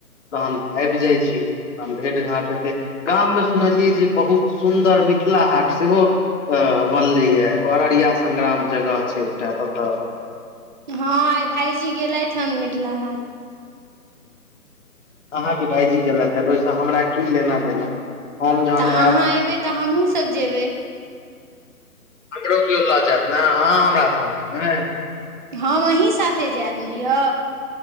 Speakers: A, on the left; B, on the right.
A: तहन आब जाइ छी तहन भेट घाट हेतै गाममे सुनलियै जे बहुत सुन्दर मिथिला हाट सेहो अ बनले या अररिया संग्राम जगह छै एकटा ततऽ
B: हँ आइ भाायजी गेलय थन मिथिला हाट
A: अहाँके भायजी गेलथि हेऽ ओहिसँ हमरा की लेना देना हम जहन
B: तऽ
A: आयब
B: अहाँ एयबै तऽ हमूहूँ सभ जेबै
A: कगरो केओ लऽ जायत ने अहाँ हमरा सङ्गे जेबै
B: हम अही साथे जायब ने यौ